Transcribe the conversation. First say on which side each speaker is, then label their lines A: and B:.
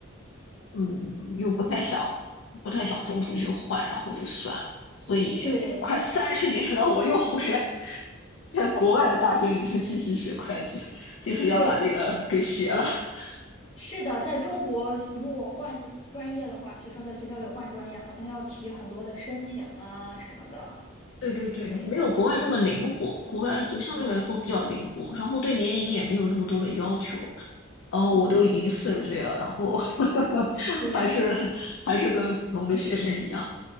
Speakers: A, on the left (about 65°); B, on the left (about 30°).
A: 嗯，又不太想，不太想中途去换，然后就算了所以快三十年了，
B: 对
A: 我又回来，在国外的大学里面继续学会计，就是要把这个给学了。
B: 对，
A: <laughs>
B: 是的，在中国如果换专业的话，学生在学校里换专业，好像要提很多的申请啊什么的，
A: 对对对，
B: 对，
A: 没有国外这么灵活，
B: 还挺麻烦的。
A: 国外就相对来说比较灵活，
B: 对，
A: 然后对年龄也没有那么多的要求。哦，
B: 嗯，
A: 我都已经四十岁了，然后 <laughs>
B: 对，
A: 还是还是跟普通的学生一样，